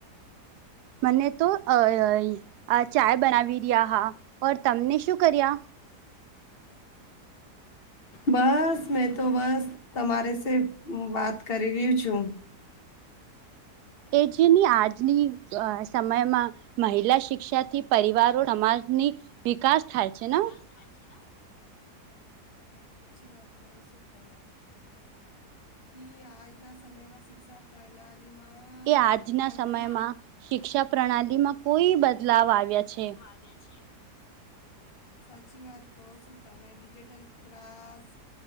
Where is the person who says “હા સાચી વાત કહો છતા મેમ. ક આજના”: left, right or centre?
Left